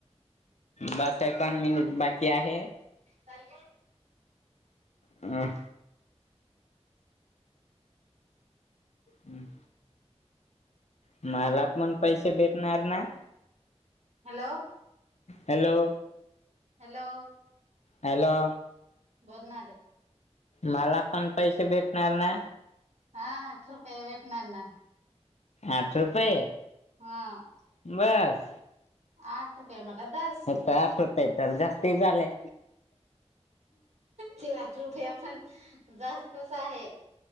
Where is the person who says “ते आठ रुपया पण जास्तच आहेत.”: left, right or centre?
Right